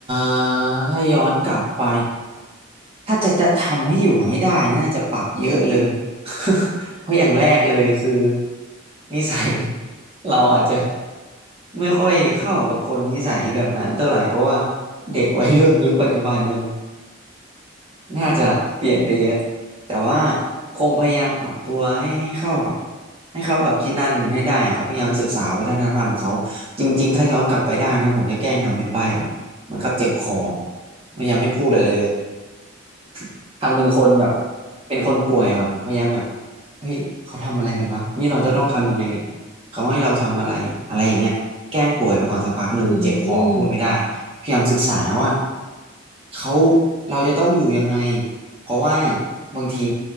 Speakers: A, on the right; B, on the left.
A: อถ้าย้อนกลับไป ถ้าจะจะทำให้อยู่ให้ได้น่าจะปรับเยอะเลย <laughs> เพราะอย่างแรกเลยคือนิสัย <laughs> เราอาจจะไม่ค่อยเข้ากับคนนิสัยแบบนั้นเท่าไหร่เพราะว่าเด็กวัยรุ่นยุคปัจจุบันมัน <laughs> น่าจะเปลี่ยนไปเยอะแต่ว่าคงพยายามปรับตัวให้ให้เข้ากับให้เข้ากับที่นั่นให้ได้ครับพยายามศึกษาวัฒนธรรมของเขาจริงๆถ้าย้อนกลับไปได้นะผมจะแกล้งทำเป็นใบ้ เหมือนกับเจ็บคอพยายามไม่พูดอะไรเลย <laughs> เลย <laughs> ทำเป็นคนแบบเป็นคนป่วยก่อนพยายามแบบเฮ้ย เขาทำอะไรกันวะ นี่เราจะต้องทำยังไงเนี่ย เขาให้เราทำอะไรอะไรอย่างเงี้ยแกล้งป่วยไปก่อนสักพักหนึ่งเจ็บคอพูดไม่ได้
B: อืม
A: พยายามศึกษาว่าเขาเราจะต้องอยู่ยังไงเพราะว่าบางที